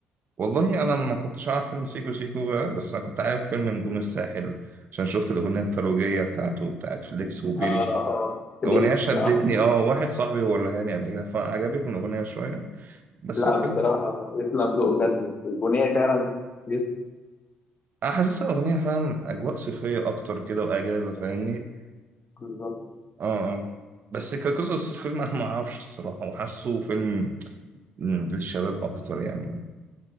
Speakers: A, on the right (about 50°); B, on the left (about 40°).
A: والله انا ما كنتش عارف فيلم سيكو سيكو بقى بس انا كنت عارف فيلم نجوم الساحل عشان شفت الاغنيه الترويجيه بتاعته بتاعت فليكس وبيري
B: آه آه فيديكس
A: الاغنيه شدتني
B: آه
A: اه واحد صاحبي وريها لي قبل كده فعجبتني الاغنيه شويه بس
B: لا
A: الفيلم
B: بصراحة يسلم ذوق بجد البنية فعلا يسلم
A: انا حاسسها اغنيه فاهم اجواء صيفيه اكتر كده واجازه فاهمني
B: ذوق
A: اه اه بس كقصص الفيلم <laughs> انا ما اعرفش الصراحه وحاسه فيلم مم، للشباب اكتر يعني